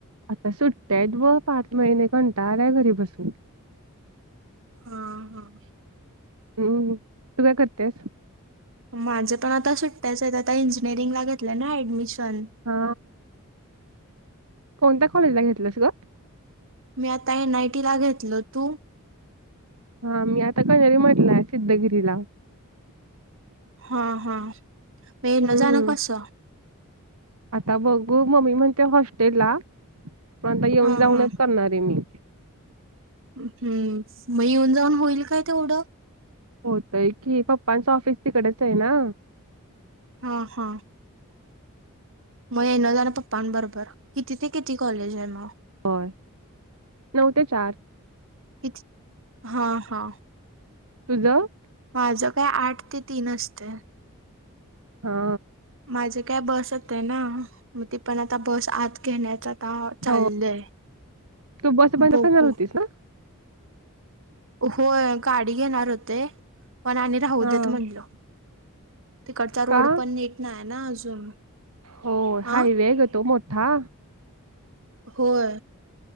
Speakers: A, on the right; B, on the right.
A: आता सुट्ट्या आहेत व पाच महिने कंटाळा आहे घरी बसून
B: हा हम
A: हम्म तेच
B: माझे पण आता सुट्ट्याच आहेत आता इंजिनिअरिंगला घेतलं ना ऍडमिशन <inaudible>
A: हा कोणत्या कॉलेजला घेतल्यासगत
B: मी आता एन आयटी ला घेतल तू
A: हा मी आता कणरी म्हटलंय सिद्धगिरीला
B: हा हा म
A: हम्म
B: न जाणं कस
A: आता बघू मम्मी म्हणते हॉस्टेल ला पण आता येऊन
B: हा
A: जाऊनच
B: हा
A: करणार आहे मी
B: हम्म मग येऊन जाऊन होईल काय तेवढं
A: होतय की पप्पांच ऑफिस तिकडेच आहे ना
B: हा हा मग ये न जा आणि पप्पांबरोबर कितीि ते किती कॉलेज आहे मग
A: होय नऊ ते चार
B: किती हा हा
A: तुझं
B: माझ काय आठ ते तीन असते
A: हा
B: माझी काय बस होत आहे ना म ती पण आता बस आत घेण्याचा आता चाललंय
A: हो तू बस बंद
B: बघू
A: करणार होतीस ना
B: हो गाडी घेणार होते पण आणि राहू
A: हा
B: देत म्हणलो तिकडचा रोड
A: का
B: पण नीट नाही आहे ना अजून
A: हो
B: हा
A: हायवे आहे ग तो मोठा
B: होय